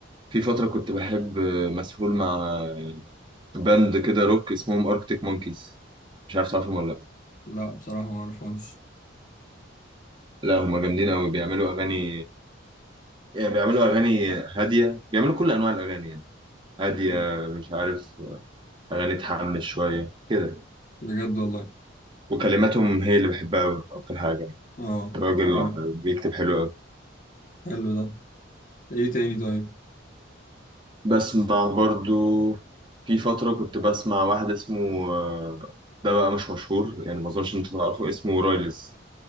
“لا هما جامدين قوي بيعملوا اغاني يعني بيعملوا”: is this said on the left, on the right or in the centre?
Right